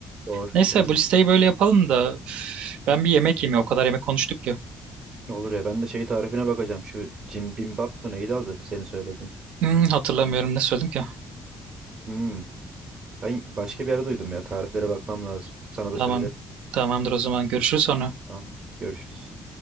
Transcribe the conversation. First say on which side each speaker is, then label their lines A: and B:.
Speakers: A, on the right; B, on the right.
A: doğru
B: Neyse
A: doğru.
B: bu listeyi böyle yapalım da üf, ben bir yemek yemeye o kadar yemek konuştuk ki.
A: Ne olur ya ben de şey tarifine bakacağım. Şu Jim Bimbap mı neydi adı senin söylediğin?
B: Hmm, hatırlamıyorum
A: Ma-
B: ne söyledim ki.
A: Hmm, ben başka bir yerde duydum ya. Tariflere bakmam lazım. Sana da
B: Tamam.
A: söylerim.
B: Tamamdır o zaman görüşürüz sonra.
A: Tamam. Görüşürüz.